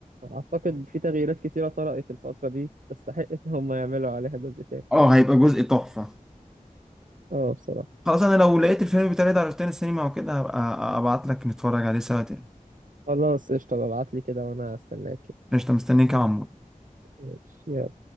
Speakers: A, on the right (about 70°); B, in the centre.
A: اعتقد في تغييرات كتيرة طرأت الفترة دي تستحق ان هم يعملوا عليها جزء تاني
B: أه هيبقى جزء تحفة
A: اه بصراحة
B: خلاص أنا لو لقيت الفيلم بتاعي ده على روتانا السينما وكده هبقى أبعت لك نتفرج عليه سوا تاني
A: خلاص قشطة ابعتلي كده وانا استناك
B: قشطة مستنيك يا عمو
A: ماشي يلا